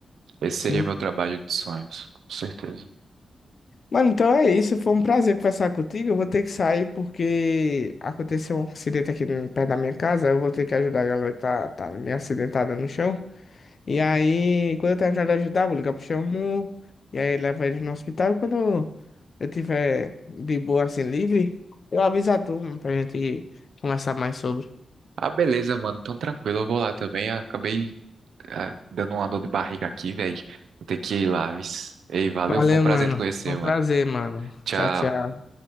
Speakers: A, on the right; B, on the left.
A: Esse
B: Sim.
A: seria meu trabalho de sonhos, com certeza.
B: Mano, então é isso. Foi um prazer conversar contigo. Eu vou ter que sair porque aconteceu um acidente aqui no- perto da minha casa. Eu vou ter que ajudar a galera que tá, tá meio acidentada no chão. E aí, quando eu terminar de ajudar, eu vou ligar pro Xamu. E aí, leva ele no hospital. Quando eu tiver de boa, assim, livre, eu aviso a turma pra gente conversar mais sobre.
A: Ah, beleza, mano. Então tranquilo, eu vou lá também. Acabei Ah, dando uma dor de barriga aqui, velho. Vou ter que ir lá, vis. Ei, valeu,
B: Valeu,
A: foi um prazer
B: mano.
A: te conhecer,
B: Foi um
A: mano.
B: prazer, mano.
A: Tchau.
B: Tchau, tchau.